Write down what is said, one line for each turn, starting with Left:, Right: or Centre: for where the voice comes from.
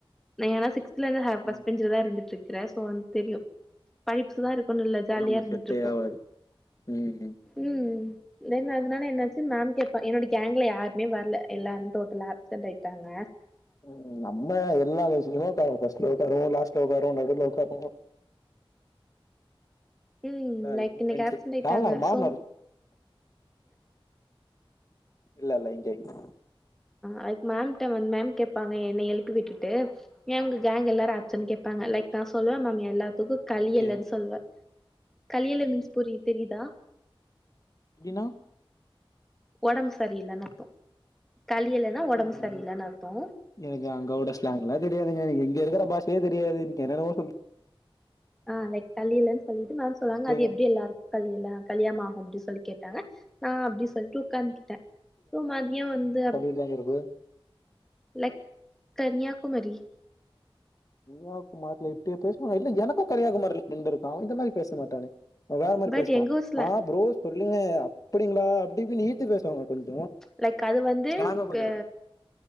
Centre: நா ஏன்னா சிக்ஸ்லேந்து ஃபஸ்ட்
Left: ம்
Centre: பெஞ்ச்ல தா இருந்துட்டு இருக்குறே சோ வந்து தெரியு படிப்ஸ்தா இருக்கனுனு இல்ல ஜாலியா
Left: அதெல்லா நம்மளுக்கு
Centre: இருந்துட்டு
Left: செட்டே
Centre: இருப்போ
Left: ஆவாது ம்
Centre: ம் தென் அதனால என்னாச்சு மேம் கேப்பா என்னோட கேங்க்ல யாருமே வரல எல்லாரு டோட்டலா ஆப்சென்ட் ஆய்ட்டாங்க
Left: உம் நம்ம எல்லா பெஞ்ச்லயு ஒக்காருவோ ஃபர்ஸ்ட்ல ஒக்காருவோ லாஸ்ட்ல ஒக்காருவோ நடுல ஒக்காருவோ
Centre: ம்
Left: ரிவென்சு
Centre: லைக் இன்னைக்கு ஆப்சென்ட் ஆயிட்டாங்க
Left: மாறுனாரு மாறுனாரு
Centre: சோ
Left: இல்ல இல்ல இங்க இங்க
Centre: அதுக்கு மேம்ட மேம் கேப்பாங்க என்ன எழுப்பி விட்டுட்டு ஏ உங்க கேங் எல்லாரு ஆப்சன்னு கேப்பாங்க லைக் நா சொல்லுவே மேம் எல்லாத்துக்கு கலியலன்னு
Left: ஓகே
Centre: சொல்லுவே களியல மீன்ஸ் புரிய தெரியுதா
Left: அப்டினா
Centre: உடம்பு சரியில்லனுத்து கழிலன்னா உடம்பு
Left: எனக்கு
Centre: சரியில்லனு அத்து
Left: எனக்கு அங்கோட ஸ்லாங்லா தெரியாதுங்க எனக்கு இங்க இருக்கிற பாஷையே தெரியாது எனக்கு என்னென்னவோ சொல்லு
Centre: ஆஹ் லைக் கலியலன்னு சொல்லிட்டு மேம் சொல்லுவாங்க
Left: சொல்றீங்க
Centre: அது எப்டி எல்லாருக்கு கலியல கலியமாகு அப்டின்னு சொல்லி கேட்டாங்க நா அப்டின்னு சொல்ட்டு உக்காந்து சோ மதியோ வந்து
Left: இல்லங்கிறது
Centre: லைக் கன்யாகுமரி
Left: கன்னியாகுமாரிலல இப்டியா பேசுவாங்க இல்ல எனக்கு கன்னியாகுமாரில்ல ஃப்ரெண்டு இருக்கா இந்த மாரி பேச மாட்டானே வேற மாரி
Centre: பட்
Left: பேசுவா
Centre: எங்க ஊர் ஸ்லாங்
Left: ஆஹ் ப்ரோ சொல்லுங்க அப்டிங்களா அப்டினு இழுத்து பேசுவாங்க கொஞ்சோ
Centre: லைக் அது வந்து
Left: ஸ்லாங்கு கொஞ்சோ
Centre: க
Left: வேற